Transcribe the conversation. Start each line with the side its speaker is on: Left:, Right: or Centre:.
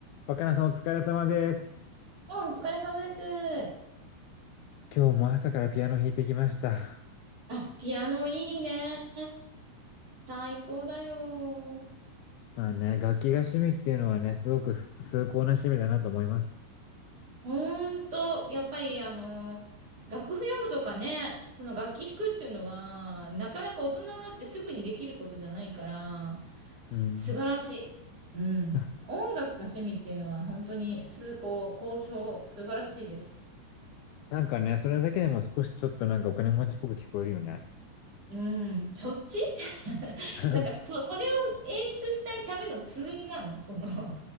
Left: 若菜さんお疲れ様です。
Right: あ、お疲れ様です。
Left: 今日も朝からピアノ弾いてきました。
Right: あ、ピアノいいね。最高だよ。
Left: まあね、楽器が趣味っていうのはね、すごくす崇高な趣味だなと思います。
Right: ほんと、やっぱりあの、楽譜読むとかね、その楽器弾くっていうのは、なかなか大人になってすぐにできることじゃないから、
Left: うん。
Right: 素晴らしい。うん。
Left: <laughs>
Right: 音楽が趣味っていうのは本当に崇高、高尚、素晴らしいです。
Left: なんかね、それだけでも少しちょっとなんかお金持ちっぽく聞こえるよね。
Right: うん。そっち <laughs>
Left: <laughs>
Right: なんかそ、それを演出したいためのツールなの、その <laughs>